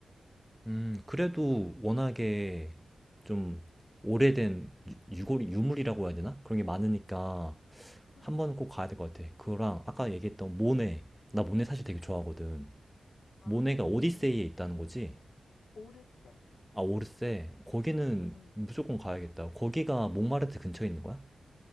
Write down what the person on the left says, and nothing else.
그렇지,
그렇지.
아,
그렇구나.
오르세.
응,
응, 응.